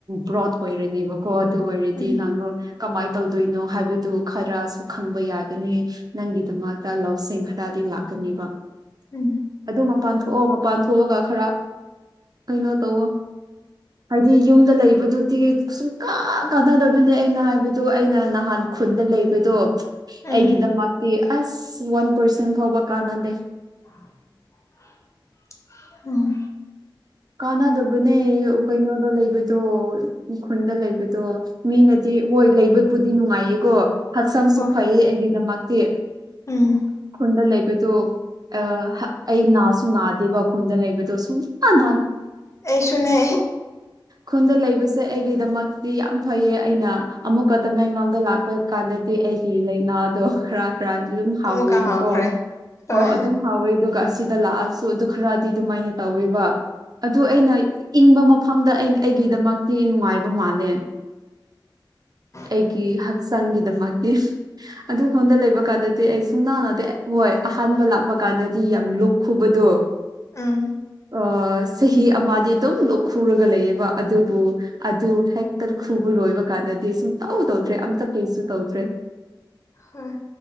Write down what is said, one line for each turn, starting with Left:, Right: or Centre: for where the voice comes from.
Right: ꯕ꯭ꯔꯣꯗ ꯑꯣꯏꯔꯅꯦꯕꯀꯣ ꯕꯗꯤ
Left: ꯎꯝ
Right: ꯅꯪꯣ ꯀꯃꯥꯏꯅ ꯇꯧꯗꯣꯏꯅꯣ ꯍꯥꯏꯕꯗꯨ ꯈꯔꯁꯨ ꯈꯪꯕ ꯌꯥꯒꯅꯤ ꯅꯪꯒꯤꯗꯃꯛꯇ ꯂꯧꯁꯤꯡ ꯈꯔꯗꯤ ꯂꯥꯛꯀꯅꯤꯕ
Left: ꯎꯝ
Right: ꯑꯗꯨ ꯃꯄꯥꯟ ꯊꯣꯛꯑꯣ ꯃꯄꯥꯟ ꯊꯣꯛꯂꯒ ꯈꯔ ꯀꯩꯅꯣ ꯇꯧꯋꯣ ꯍꯥꯏꯗꯤ ꯌꯨꯝꯗ ꯂꯩꯕꯗꯨꯗꯤ ꯁꯨꯡ ꯀ ꯀꯥꯟꯅꯗꯕꯅꯦ ꯑꯩꯅ ꯍꯥꯏꯕꯗꯨ ꯑꯩꯅ ꯅꯍꯥꯟ ꯈꯨꯟꯗ ꯂꯩꯕꯗꯣ
Left: ꯎꯝ
Right: ꯑꯩꯒꯤꯗꯃꯛꯇꯤ ꯑꯁ ꯋꯥꯟ ꯄꯔꯁꯦꯟ ꯐꯥꯎꯕ ꯀꯥꯟꯅꯗꯦ
Left: <inaudible> ꯎꯝ
Right: ꯀꯥꯟꯅꯗꯕꯅꯦ ꯀꯩꯅꯣꯗ ꯂꯩꯕꯗꯣ ꯈꯨꯟꯗ ꯂꯩꯕꯗꯣ ꯃꯤꯅꯗꯤ ꯍꯣꯏ ꯂꯩꯕꯕꯨꯗꯤ ꯅꯨꯡꯉꯥꯏꯌꯦꯀꯣ ꯍꯛꯆꯥꯡꯁꯨ
Left: ꯍꯣꯏ
Right: ꯐꯩꯌꯦ ꯑꯩꯒꯤꯗꯃꯛꯇꯤ
Left: ꯎꯝ
Right: ꯈꯨꯟꯗ ꯂꯩꯕꯗꯨꯣ ꯑ ꯑꯩ ꯅꯥꯁꯨ ꯅꯥꯗꯦꯕꯈꯟꯗ ꯂꯩꯕꯗꯣ ꯁꯨꯝ ꯥꯟ
Left: ꯑꯩꯁꯨꯅꯦ
Right: ꯈꯨꯟꯗ ꯂꯩꯕꯁꯦ ꯑꯩꯒꯤꯗꯃꯛꯇꯤ ꯌꯥꯝ ꯐꯩꯌꯦ ꯑꯩꯅ ꯑꯃꯨꯛꯀ ꯇꯃꯦꯡꯂꯥꯡꯗ ꯂꯥꯛꯄ ꯀꯥꯟꯗꯗꯤ ꯑꯩꯒꯤ ꯂꯥꯏꯅꯥꯗꯣ ꯈꯔ ꯑꯗꯨꯝ ꯍꯥꯎꯋꯦꯕꯀꯣ
Left: ꯑꯃꯨꯛꯀ ꯍꯥꯎꯈ꯭ꯔꯦ ꯍꯣꯏ
Right: ꯑꯣ ꯑꯗꯨꯝ ꯍꯥꯎꯋꯦ ꯑꯗꯨꯒ ꯁꯤꯗ ꯂꯥꯛꯑꯁꯨ ꯑꯗꯨ ꯈꯔꯗꯤ ꯑꯗꯨꯃꯥꯏꯅ ꯇꯧꯋꯦꯕ ꯑꯗꯨ ꯑꯩꯅ ꯏꯪꯕ ꯃꯐꯝꯗ ꯑꯩꯒꯤꯗꯃꯛꯇꯤ ꯅꯨꯡꯉꯥꯏꯕ ꯃꯥꯜꯂꯦ
Left: ꯎꯝ
Right: ꯑꯩꯒꯤ ꯍꯛꯆꯥꯡꯒꯤꯗꯃꯛꯇ ꯑꯗꯨ ꯑꯩꯉꯣꯟꯗ ꯂꯩꯕ ꯀꯥꯟꯗꯗꯤ ꯑꯩ ꯁꯨꯝ ꯅꯥꯟꯅꯗ ꯍꯣꯏ ꯑꯍꯥꯟꯕ ꯂꯥꯛꯄ ꯀꯥꯟꯗꯗꯤ ꯌꯥꯝ ꯂꯨꯞꯣꯛ ꯈꯨꯕꯗꯣ
Left: ꯑꯝ
Right: ꯑꯣ ꯆꯍꯤ ꯑꯃꯗꯤ ꯑꯗꯨꯝ ꯈꯨꯨꯔꯒ ꯂꯩꯌꯦꯕ ꯑꯗꯨꯕꯨ ꯑꯗꯨ ꯍꯦꯛꯇ ꯈꯨꯕ ꯂꯣꯏꯕ ꯀꯥꯟꯗ ꯗꯤ ꯁꯨꯝ ꯇꯧꯗꯧꯗ꯭ꯔꯦ ꯑꯝꯇ ꯀꯩꯁꯨ ꯇꯧꯗ꯭ꯔꯦ
Left: ꯍꯣꯏ